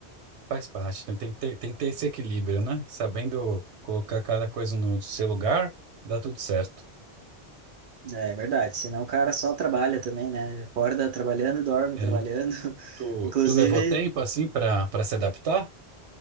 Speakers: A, on the right; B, on the right.
A: faz parte, né? Tem que ter, tem que ter esse equilíbrio, né? Sabendo colocar cada coisa no seu lugar, dá tudo certo.
B: É verdade. Senão o cara só trabalha também, né? Acorda trabalhando e dorme
A: É.
B: trabalhando. <laughs>
A: Tu,
B: Inclusive,
A: tu levou tempo assim para para se adaptar